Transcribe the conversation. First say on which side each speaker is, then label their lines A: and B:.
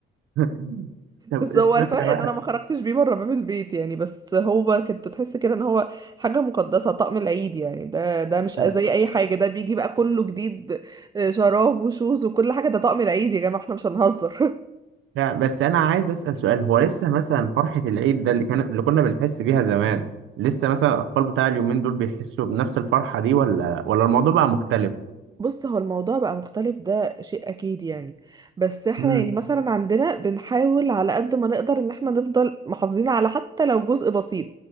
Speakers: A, on the right; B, on the right.
A: <laughs> طب
B: بس
A: انت
B: هو الفرق
A: فاكر
B: ان انا ما خرجتش بيه بره باب البيت يعني بس هو كنت تحس كده ان هو حاجه مقدسه طقم العيد يعني ده ده مش
A: بقى
B: زي اي حاجه ده بيجي بقى كله جديد آه، شراب وشوز وكل حاجه ده طقم العيد يا جماعه احنا مش هنهزر
A: لا بس انا عايز اسال سؤال هو لسه مثلا فرحه العيد ده اللي كان اللي كنا بنحس بيها زمان لسه مثلا الاطفال بتاع اليومين دول بيحسوا بنفس الفرحه دي ولا ولا الموضوع بقى مختلف
B: بص هو الموضوع بقى مختلف ده شيء اكيد يعني بس احنا
A: امم
B: يعني مثلا عندنا بنحاول على قد ما نقدر ان احنا نفضل محافظين على حتى لو جزء بسيط